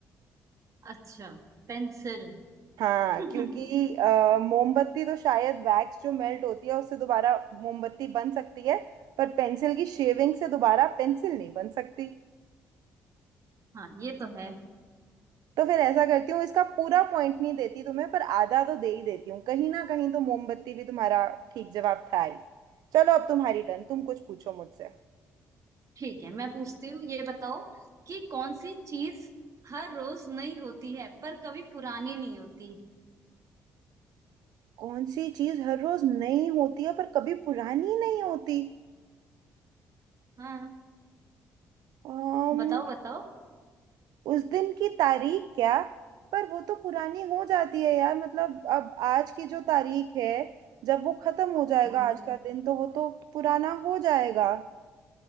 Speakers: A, on the right (about 50°); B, on the right (about 70°).
A: अच्छा पेंसिल
B: हाँ
A: <laughs>
B: क्योंकि अ, मोमबत्ती तो शायद वैक्स जो मेल्ट होती है उससे दोबारा मोमबत्ती बन सकती है पर पेंसिल की शेविंग से दोबारा पेंसिल नहीं बन सकती
A: हाँ ये तो है
B: तो फिर ऐसा करती हूँ इसका पूरा पॉइंट नहीं देती तुम्हें पर आधा तो दे ही देती हूँ कहीं ना कहीं तो मोमबत्ती भी तुम्हारा ठीक जवाब था ही चलो अब तुम्हारी टर्न तुम कुछ पूछो मुझसे
A: ठीक है मैं पूछती हूँ ये बताओ कि कौन सी चीज हर रोज नई होती है पर कभी पुरानी नहीं होती
B: कौन सी चीज हर रोज नई होती है पर कभी पुरानी नहीं होती
A: हाँ
B: um,
A: बताओ बताओ
B: उस दिन की तारीख क्या पर वो तो पुरानी हो जाती है यार मतलब अब आज की जो तारीख है जब वो खत्म हो जाएगा
A: हाँ
B: आज का दिन तो वो तो पुराना हो जाएगा